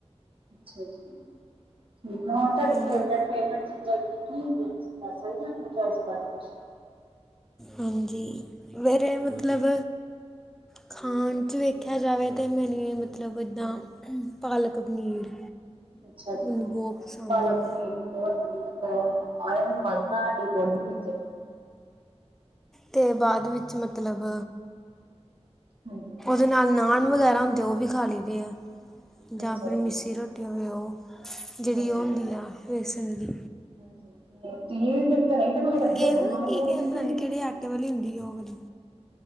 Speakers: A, on the right; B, in the centre.
A: ਅੱਛਾ ਜੀ ਠੀਕ ਹੋਰ ਤੁਹਾਡੇ
B: ਹੂੰ
A: ਫੇਵਰੇਟ ਫੇਵਰੇਟ ਚੀਜ਼ਾਂ ਕੀ ਕੀ ਤੁਸੀਂ ਦੱਸ ਸਕਦੇ ਹੋ ਆਪਣੀ ਚੋਇਸ ਬਾਰੇ ਕੁਛ
B: ਹਾਂਜੀ ਵੀਰੇ ਮਤਲਬ ਖਾਣ ਚ ਵੇਖਿਆ ਜਾਵੇ ਤੇ ਮੈਨੂੰ ਮਤਲਬ ਇੱਦਾਂ ਪਾਲਕ ਪਨੀਰ।
A: ਅੱਛਾ ਜੀ
B: ਮੈਨੂੰ ਬਹੁਤ ਪਸੰਦ
A: ਪਾਲਕ
B: ਵਾ
A: ਪਨੀਰ। ਬਹੁਤ ਵਧੀਆ ਹੁੰਦਾ ਏ ਆ ਆਇਰਨ ਵਧਦਾ ਸਾਡੀ ਬੋਡੀ ਵਿੱਚ
B: ਤੇ ਬਾਅਦ ਵਿੱਚ ਮਤਲਬ
A: ਹਾਂਜੀ।
B: ਉਹਦੇ ਨਾਲ ਨਾਨ ਵਗੈਰਾ ਹੁੰਦੇ ਉਹ ਵੀ ਖਾ ਲਈਦੇ ਐ, ਜਾਂ
A: ਅੱਛਾ
B: ਫੇਰ ਮਿੱਸੀ
A: ਜੀ
B: ਰੋਟੀ ਹੋਵੇ ਉਹ। ਜਿਹੜੀ
A: ਹਾਂਜੀ
B: ਉਹ ਹੁੰਦੀ ਆ ਵੇਸਣ ਦੀ।
A: <unintelligible> ਲੈਂਦੇ
B: ਗੇਹੂੰ
A: ਹੋ ਨਾਨ
B: ਕੀ
A: ਨੂਨ ਕੇ
B: ਪਤਾ
A: ਨਹੀਂ
B: ਨੀ ਕਿਹੜੇ ਆਟੇ ਵਾਲੀ ਹੁੰਦੀ ਓ ਵਾਲੀ